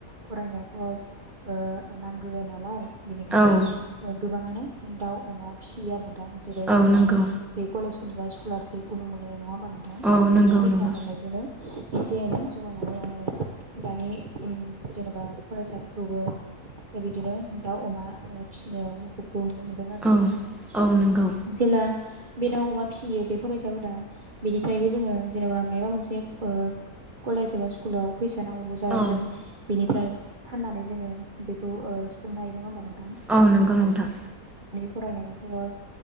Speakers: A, on the right; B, in the centre.
A: फरायनाय खरस ओ नांगो नालाय। बिनिखायनो
B: औ
A: ओ गोबाङानो दाउ अमा फिसियो आरो। दां जेरै
B: औ
A: जोंनिया
B: नंगौ
A: बे कलेजफोरनिफाय स्कलारशपखौनो मोनो नङा होमबा नोंथां?
B: औ नंगौ
A: बे
B: नंगौ
A: मोननायखौनो एसे एनै जमायनानै आङो दानि ओ जेन'बा फरायसाफोरखौबो बिदिनो ओ दाउ अमा फिसिनायाव मुखुब खौ नुनो मोनदों आरो नोंथां।
B: औ औ नंगौ
A: जेब्ला बे दाउ अमा फिसियो बे फरायसाफोरा बेनिफ्रायबो जोङो जेनेबा मायबा मोनसे फो कलेज एबा स्कुलाव फैसा नांब्रबगौ जाबाबो
B: औ
A: जों बिनिफ्राय फाननानै जोङो बेखौ ओ सुफुंनो हायो नङा होमबा नों
B: औ नंगौ नोंथां।
A: फरायनायनि खरस